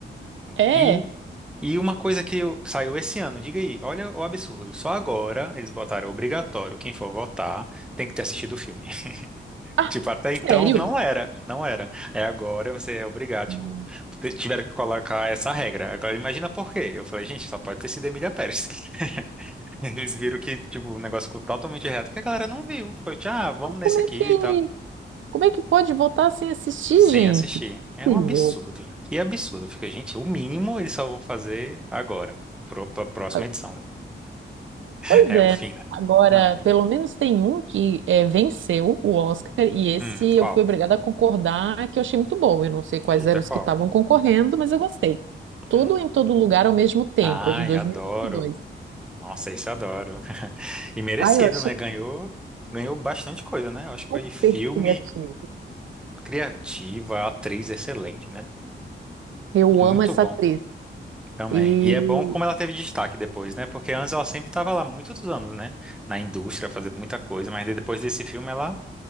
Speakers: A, on the right; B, in the centre.
A: É.
B: E, e uma coisa que eu- saiu esse ano, diga aí, olha o absurdo. Só agora eles botaram obrigatório, quem for votar tem que ter assistido o filme. <laughs>
A: Ah,
B: Tipo, até
A: sério?
B: então não era, não era. É agora você é obrigado, tipo,
A: Hum.
B: t- tiveram que colocar essa regra. Agora imagina por quê. Eu falei, gente, só pode ter sido Emília Pérez. <laughs> Eles viram que, tipo, o negócio ficou totalmente reto, que a galera não viu. Foi, tipo, ah, vamos
A: Mas
B: nesse
A: como
B: aqui
A: é que,
B: e tal.
A: como é que pode votar sem assistir,
B: sem
A: gente?
B: assistir. É
A: Possível.
B: um absurdo. velho. Que absurdo. Fica, gente, o mínimo eles só vão fazer agora, pro, pra próxima
A: Ah,
B: edição. <laughs>
A: Pois
B: É
A: é,
B: o fim,
A: né?
B: né?
A: Agora,
B: Não, ele-
A: pelo menos tem um que é, venceu o Oscar, e esse
B: hum, qual?
A: eu fui obrigada a concordar que eu achei muito bom. Eu não sei quais
B: Eita,
A: eram os
B: qual?
A: que estavam concorrendo, mas eu gostei. Tudo
B: Hum.
A: em todo lugar ao mesmo tempo,
B: Ai,
A: é de dois
B: adoro.
A: mil e vinte e dois.
B: Nossa, esse eu adoro. <laughs> E merecido,
A: Ah, eu achei
B: né? Ganhou, ganhou bastante coisa, né? Eu Acho que
A: super
B: foi filme
A: criativo.
B: criativa, atriz excelente, né?
A: Eu
B: Muito
A: amo essa
B: bom
A: atriz.
B: também.
A: E
B: E é bom como ela teve destaque depois, né? Porque antes ela sempre estava lá muitos anos, né? Na indústria, fazendo muita coisa, mas depois desse filme ela